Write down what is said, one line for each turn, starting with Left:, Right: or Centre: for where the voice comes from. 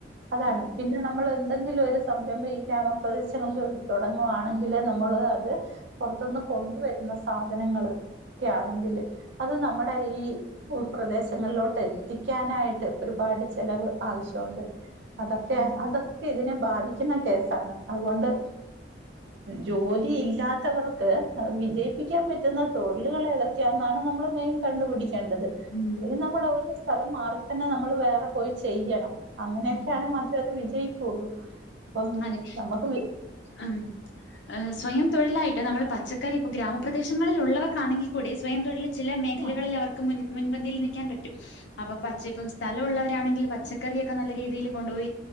Right: അതാണ്,
Left: ഉം
Right: പിന്നെ നമ്മള് എന്തെങ്കിലും ഒരു സംരംഭം ഈ ഗ്രാമപ്രദേശങ്ങൾ എടു തൊടങ്ങുവാണെങ്കില് നമ്മള് അത് പൊർത്തുന്ന് കൊണ്ടുവരുന്ന സാധനങ്ങള് ഒക്കെ ആണെങ്കില് അത് നമ്മുടെ ഈ ഉൾപ്രദേശങ്ങളിലോട്ട് എത്തിക്കാനായിട്ട് ഒരുപാട് ചെലവ് ആവശ്യഒണ്ട് അത ക്കേ
Left: ഉം
Right: അതൊക്കെ ഇതിനെ ബാധിക്കുന്ന കേസാണ് അഹുകൊണ്ട് ജോലിയില്ലാത്തവർക്ക് വിജയിപ്പിക്കാൻ പറ്റുന്ന തൊഴിലുകളേതൊക് ക്ക്യന്നാണ് നമ്മള് മെയിൻ കണ്ടു പിടിക്കേണ്ടത്
Left: ഉം
Right: പിന്നെ നമ്മളോരു സ്ഥലം മാറിത്തന്നെ നമ്മൾ വേറെ പോയി ചെയ്യണം അങ്ങനെയൊക്കെയാണെ
Left: ഉം
Right: മാ ത്രേ വിജയിക്കുള്ളൂ പ്പം
Left: അതെ
Right: നമ്മക്ക്
Left: ഉം ഹ്‌ സ്വയം തൊഴിലായിട്ട് നമ്മള് പച്ചക്കറിപ്പോ ഗ്രാമപ്രദേശങ്ങളിലുള്ളവർക്കാണെങ്കി കൂടി സ്വയം തൊഴില് ചില മേഖലകളിൽ
Right: ആഹ്
Left: അവർക്ക് മുൻ മുൻപന്തിയിൽ നിൽക്കാൻ പറ്റും അപ്പൊ പച്ചപ്പ് സ്ഥല ഉള്ളവരാണെങ്കിൽ പച്ചക്കറിയൊക്കെ നല്ല രീതിയില് കൊണ്ടുപോയി